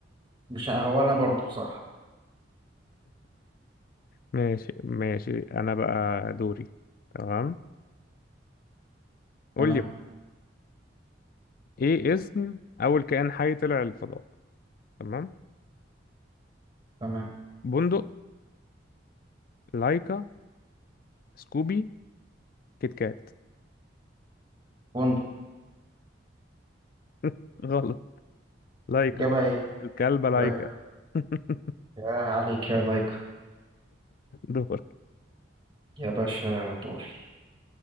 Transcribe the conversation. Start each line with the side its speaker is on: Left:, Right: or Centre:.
Right: مش ه- هو انا برضو بصراحة
Left: ماشي ماشي انا بقى دوري تمام قول
Right: تمام
Left: لي بقى ايه اسم اول كائن حي طلع الفضاء تمام
Right: تمام
Left: بندق لايكا سكوبي كيت كات
Right: فندق
Left: <laughs> غلط لايكا
Right: الإجابة ايه
Left: الكلبة لايكا
Right: لايك
Left: <laughs>
Right: يا عليك يا لايك
Left: دور
Right: يا باشا دوري